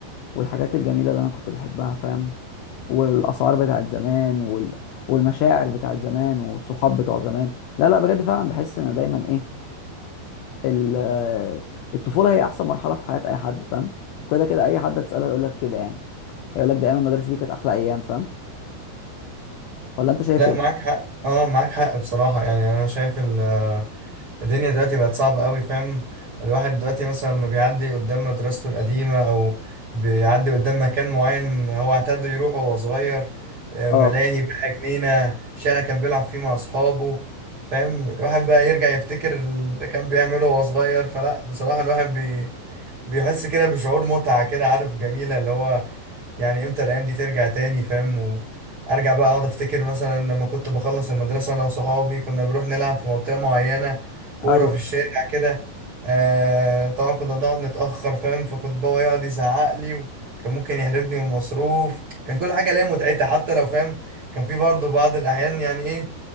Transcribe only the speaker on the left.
والحاجات الجميله اللي انا كنت بحبها فاهم والاسعار بتاعت زمان وال... والمشاعر بتاعت زمان والصحاب بتوع زمان لا لا بجد فعلا بحس ان دايما ايه ال- الطفوله هي احسن مرحله في حياه اي حد فاهم كده كده اي حد هتساله هيقول لك كده يعني هيقول لك ده ايام المدرسه دي كانت احلى ايام فاهم ولا انت شايف
ايه
اه
ايوه